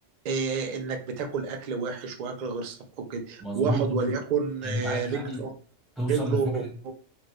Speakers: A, on the right; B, in the centre.
A: إيه انك بتاكل اكل وحش واكل غير صحي وكده
B: مظبوط
A: واحد وليكن
B: انت
A: آه،
B: عايز
A: رجله
B: يعني توصل
A: رجله
B: لفكرة